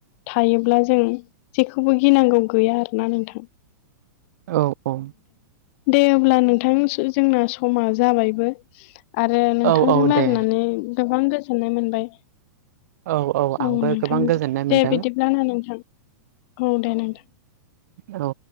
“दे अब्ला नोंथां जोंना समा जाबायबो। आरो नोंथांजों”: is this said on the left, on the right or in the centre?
Left